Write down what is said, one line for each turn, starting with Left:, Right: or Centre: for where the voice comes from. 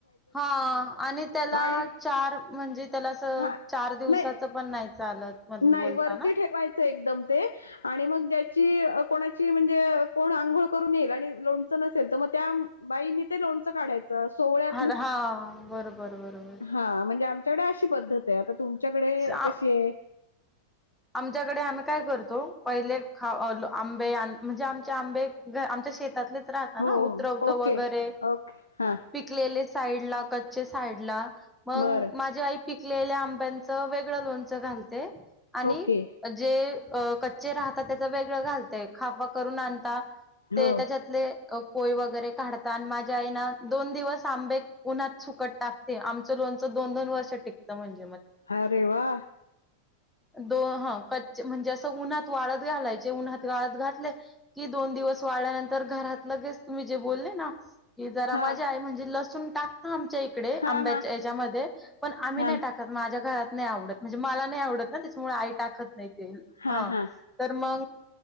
Centre: हा आणि त्याला
Left: आणि
Centre: चार म्हणजे त्याला अस
Left: हा
Centre: चार दिवसाचं
Left: नाही
Centre: पण नाही चालत मधलं
Left: नाही
Centre: बोलता
Left: वरती
Centre: ना?
Left: ठेवायचंय एकदम ते आणि मग ज्याची कोणाची म्हणजे कोण आंघोळ करून येईल आणि लोणच नसेल - तर मग त्या बाईनी ते लोनचं काढायच सोवळ्यात
Centre: हां,
Left: <inaudible>
Centre: हां. बरोबर, बरोबर.
Left: हा म्हंजे आमच्या कड अशी - अशी पद्धत आहे आता तुमच्याकडे
Centre: चा
Left: कशीय
Centre: आमच्याकडे आम्ही काय करतो पहिले <unintelligible> आंबे आण म्हणजे आमचे आंबे आमच्या शेतातले राहता ना
Left: हो
Centre: उतरवतो
Left: ओके
Centre: वगैरे
Left: ओके हा
Centre: पिकलेले साईड ला कच्चे साईड ला मग
Left: बरं
Centre: माझी आई पिकलेल्या आंब्यांचं वेगळं लोणचं घालते आणि
Left: ओके
Centre: जे अ कच्चे राहतात त्याच वेगळं घालते खाफा करून आणता
Left: हो
Centre: ते त्याच्यातले अ कोय वगैरे काढता आणि माझ्या आईना दोन दिवस आंबे उन्हात सुकट टाकते आमचं लोणचं - दोन दोन वर्ष टिकत म्हणजे
Left: अरे वा
Centre: दो ह कच् म्हणजे असं उन्हात वाळत घालायचे उन्हात वाळत घातले की दोन दिवस वाळल्यानंतर घरात लगेच तुम्ही जे बोलले ना की जरा
Left: हा
Centre: माझे आई म्हणजे लसूण टाकता आमच्या इकडे
Left: हा
Centre: अंब्यांच्या
Left: हा
Centre: येज्यामध्ये पण आम्ही
Left: हा
Centre: नाही टाकत माझ्या घरात नाही आवडत म्हणजे मला नाही आवडत ना - हो आई टाकत नाही तेल
Left: हा
Centre: ह
Left: हा
Centre: तर म